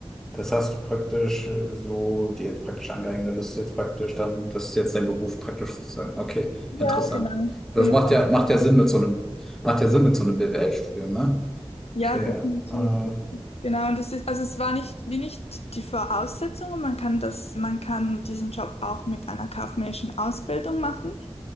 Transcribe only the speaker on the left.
Ja,
genau,
genau.
Ja,
definitiv.
Genau, und das ist, also es war nicht, wie nicht die Voraussetzung, und man kann das, man kann diesen Job auch mit einer kaufmännischen Ausbildung machen.